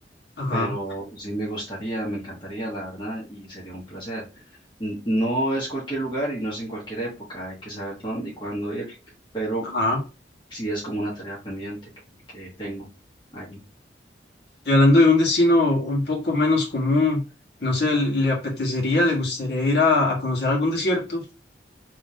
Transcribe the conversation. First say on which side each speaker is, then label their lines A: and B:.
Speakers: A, on the left; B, on the left.
A: Ajá,
B: pero sí me gustaría, me encantaría, la verdad, y sería un placer. N- No es cualquier lugar y no es en cualquier época, hay que saber dónde y cuándo ir, pero
A: ajá.
B: sí es como una tarea pendiente que, que tengo ahí.
A: Y hablando de un destino un poco menos común, no sé, ¿le le apetecería, le gustaría ir a, a conocer algún desierto?